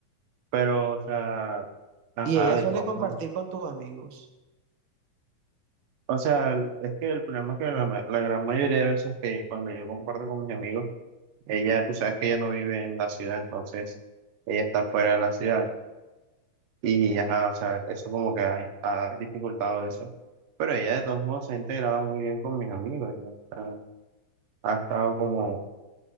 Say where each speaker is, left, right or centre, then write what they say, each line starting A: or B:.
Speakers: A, on the right (about 75°); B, on the right (about 50°).
A: pero, o sea, ajá,
B: y ella
A: de
B: suele
A: todos
B: compartir
A: modos.
B: con tus amigos.
A: O sea, el- es que el problema es que la, ma- la gran mayoría de veces que cuando yo comparto con mis amigos, ella, tú sabes que ella no vive en la ciudad, entonces ella está fuera de la ciudad. Y ajá, o sea, eso como que ha, ha dificultado eso. Pero ella de todos modos se ha integrado muy bien con mis amigos, ya está- ha estado como,